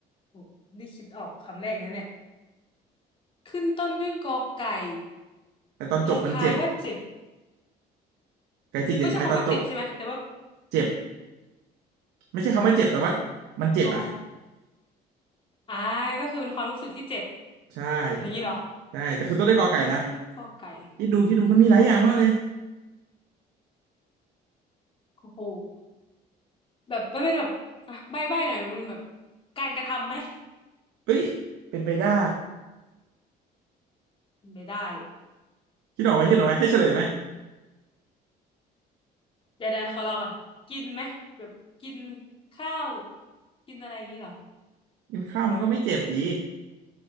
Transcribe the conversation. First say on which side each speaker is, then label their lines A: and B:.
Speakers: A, on the left; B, on the right.
A: โอ้นี่คิดออกคำแรกนะเนี่ยขึ้นต้นด้วยกอไก่
B: แต่ตอนจบมันเจ็บ
A: ลงท้ายว่าเจ็บ
B: ไก่จิกเด็กตายตอนจบ
A: ไม่ใช่คำว่าเจ็บใช่ไหมแต่ว่า
B: เจ็บไม่ใช่คำว่าเจ็บแต่ว่ามันเจ็บอ่ะ
A: อ๋ออ่าก็คือเป็นความรู้สึกที่เจ็บ
B: ใช่
A: อย่างนี้เหรอ
B: ใช่แต่ขึ้นต้นด้วยกอไก่นะ
A: ขึ้นต้นด้วยกอไก่
B: คิดดูคิดดูมันมีหลายอย่างมากเลย
A: โอ้โห แบบมันเป็นแบบอ่ะใบ้ใบ้หน่อยมันเป็นแบบการกระทำไหม
B: เฮ้ยเป็นไปได้
A: ไม่ได้
B: คิดออกไหมคิดออกไหมให้เฉลยไหม
A: อะไรมากเดี๋ยวเดี๋ยวขอรอก่อนกินไหมแบบกินข้าวกินอะไรอย่างนี้เหรอ
B: กินข้าวมันก็ไม่เจ็บดี